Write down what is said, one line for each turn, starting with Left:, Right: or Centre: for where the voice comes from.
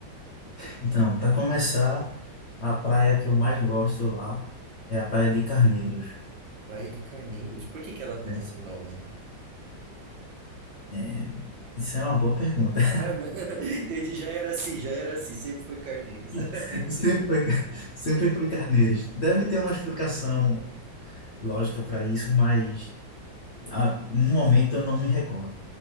Left: então, para começar. A praia que eu mais gosto lá é a Praia de Carneiros,
Right: Praia de Carneiros, por que que ela tem
Left: né?
Right: esse nome?
Left: É, isso é uma boa pergunta.
Right: Ah, não. <laughs> Entendi, já era assim, já era assim, sempre foi Carneiros.
Left: <laughs>
Right: <laughs> Entendo,
Left: Sempre
Right: entendo.
Left: foi, sempre foi Carneiros. Deve ter uma explicação lógica para isso, mas ah, no momento eu não me recordo.